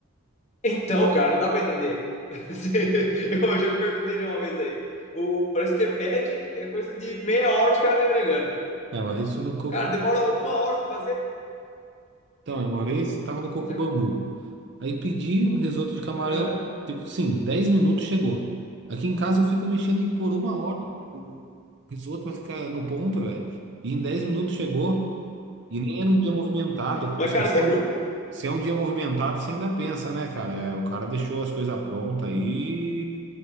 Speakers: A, on the left; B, on the right.
A: Então, cara, não dá pra entender. <laughs> Eu já me perguntei de uma vez aí. O, parece que você pede, é coisa de meia hora os caras estão entregando.
B: Cara, uma vez fui no Coco.
A: Cara, demora uma hora pra fazer.
B: Então, é, uma vez tava no Coco
A: Será
B: Bambu.
A: que-
B: Aí pedi um risoto de camarão,
A: Ah.
B: tipo, sim, 10 minutos chegou. Aqui em casa eu fico mexendo em por uma hora o o risoto vai ficar no ponto, velho. E em 10 minutos chegou. E nem era um dia movimentado, porque
A: Mas,
B: assim,
A: cara,
B: se
A: será
B: é um
A: que
B: di-
A: não-
B: se é um dia, movimentado, você ainda pensa, né, cara? É, o cara deixou as coisas prontas aí,